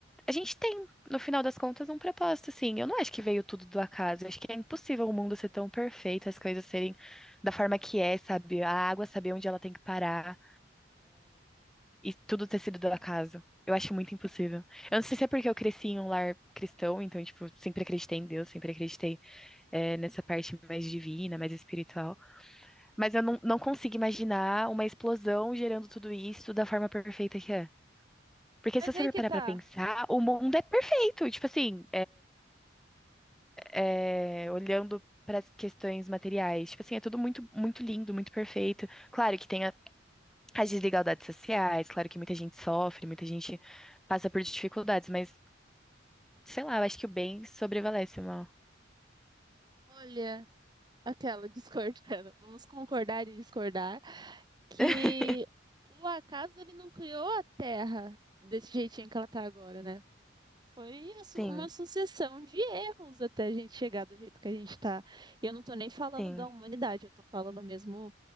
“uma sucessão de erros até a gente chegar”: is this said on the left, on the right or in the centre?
Right